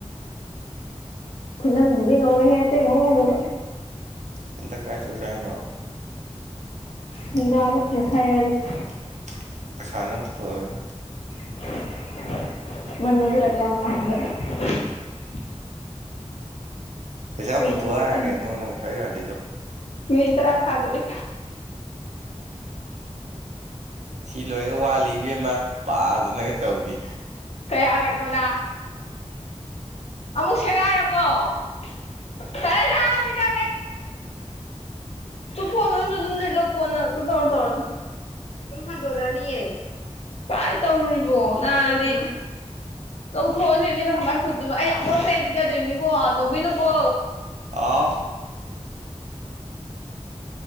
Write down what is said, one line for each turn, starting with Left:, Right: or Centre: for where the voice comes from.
Left: ꯈꯨꯅꯝꯗꯨꯗꯤ ꯉꯧꯔꯦꯍꯦ ꯑꯇꯩ ꯉꯧ ꯉꯧꯗꯕ
Right: ꯍꯟꯗꯛ ꯀꯥꯏ ꯆꯧꯁꯦ ꯍꯥꯏꯅꯣ
Left: ꯁꯦꯟꯗ꯭ꯔꯥꯗ
Right: <inaudible>
Left: ꯉꯁꯥꯏ ꯍꯥꯏꯕꯁꯦ
Right: ꯄꯩꯁꯥ ꯅꯪ ꯄꯨꯊꯣꯛꯑꯣꯗ
Left: <inaudible> <unintelligible> <unintelligible>
Right: ꯄꯩꯁꯥ
Left: ꯀꯩ
Right: ꯄꯨꯊꯣꯛꯑꯣ
Left: ꯊꯣꯛꯆꯤꯟ
Right: ꯍꯥꯏꯔꯒꯥ ꯀꯔꯤꯒꯤꯅꯣ ꯅꯪꯅ ꯁꯨꯛꯌꯥ ꯌꯥꯗ꯭ꯔꯤꯗꯣ
Left: ꯃꯤꯅꯠ ꯇꯔꯥ ꯐꯥꯗꯣꯔꯦ
Right: ꯁꯤ ꯂꯣꯏꯔꯒ ꯋꯥꯠꯂꯤ ꯏꯕꯦꯝꯃ ꯄꯥꯗꯅꯒ ꯇꯧꯔꯤ
Left: ꯀꯌꯥꯔꯛꯅꯣ ꯁꯩꯒꯥꯢꯔ ꯕꯣ ꯀꯥꯔꯅꯥꯗ ꯑꯗꯨꯝ ꯀꯣꯟꯅ ꯇꯧꯔꯥ ꯇꯧꯔꯥ ꯁꯤ ꯁꯨꯝ ꯍꯟꯗꯣꯛ ꯑꯅꯤꯑꯦ ꯀꯥꯏ ꯇꯧꯔꯤꯕꯣ ꯅꯥꯗꯤ ꯇꯧꯊꯣꯛꯑꯁꯤꯅꯦꯅ ꯀꯃꯥꯏ ꯐꯨꯠꯇꯨꯅ ꯑꯩ ꯑꯃꯨꯔꯛ ꯆꯩꯗꯤ ꯆꯗꯣꯏꯔꯤꯕꯅꯤꯀꯣ ꯇꯧꯕꯤꯅꯨꯀꯣ
Right: ꯑꯥꯎ